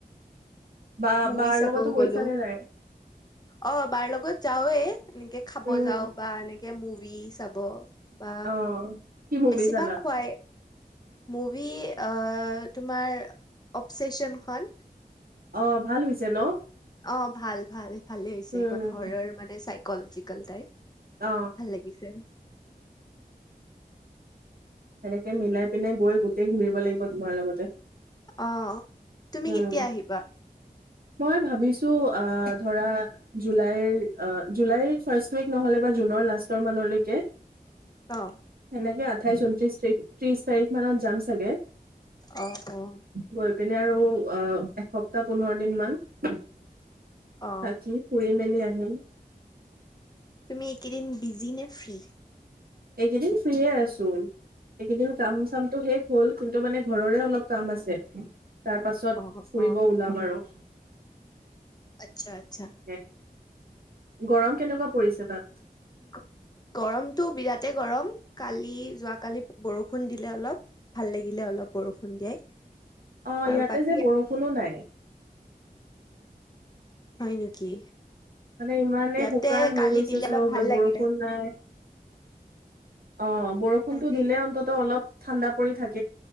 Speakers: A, on the right; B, on the left.
A: বা
B: মুভি
A: বাৰ
B: চাবও
A: লগতো গৈছা
B: গ'লো
A: নে নাই?
B: অ, বাৰ লগত যাওঁৱে এনেকে খাব
A: উম
B: যাওঁ বা এনেক কে মুভি চাব বা
A: অ কি মুভি
B: বেছিভাগ
A: চালা
B: খোৱাই মুভি, অ', তোমাৰ অৱচেছনখন
A: অ, ভাল হৈছে ন?
B: অ, ভাল- ভাল। ভালেই হৈছে
A: উম
B: এইখন, হৰৰ মানে চাই কল'জিকেল টাইপ
A: অ
B: ভাল লাগিছে।
A: সেনেকে মিলাই পিনাই গৈ গোটেই ঘূৰিব লাগিব তোমাৰ লগতে।
B: অ, তুমি
A: উম
B: কেতিয়া আহিবা?
A: মই ভাবিছো, অ', ধৰা জুলাইৰ অ জুলাইৰ ফাৰ্ষ্ট উইক নহলে বা জুনৰ লাষ্টৰ মানলৈকে
B: অ
A: সেনেকে আঠাইছ ঊন ত্ৰিছ তিৰিখ, ত্ৰিছ তাৰিখ মানত যাম চাগে।
B: অ', অ'।
A: গৈ পিনে আৰু অ', এসপ্তাহ পোন্ধৰ দিন মান। থাকি
B: অ
A: ফুৰি মেলি আহি <unintelligible>
B: তুমি এই কেইদিন বিজি নে, ফ্ৰী?
A: এইকেইদিন ফ্ৰীয়ে আছো, এইকেইদিন কাম চামটো শেষ হ'ল কিন্তু মানে ঘৰৰে অলপ কাম আছে। তাৰ পাছত
B: অ
A: ফুৰিব
B: অ
A: ওলাম আৰু।
B: আচ্ছা
A: <unintelligible>
B: আচ্ছা
A: গৰম কেনেকুৱা পৰিছে তাত?
B: <unintelligible> গৰমতটো বিৰাটে গৰম। কালি যোৱাকালি বৰষুণ দিলে অলপ, ভাল লাগিলে অলপ বৰষুণ দিয়াই।
A: অ',
B: আৰু
A: ইয়াতে
B: বাকী
A: যে, বৰষুণো নাই।
B: হয়, নেকি?
A: মানে ইমানে
B: ইয়াতে
A: শুকান হৈ
B: কালি
A: গৈছে
B: দিলে
A: চব
B: অলপ ভাল
A: বৰষুণ
B: লাগিলে
A: নাই। অ', বৰষুণটো
B: আজি
A: দিলে অন্তত অলপ ঠাণ্ডা পৰি থাক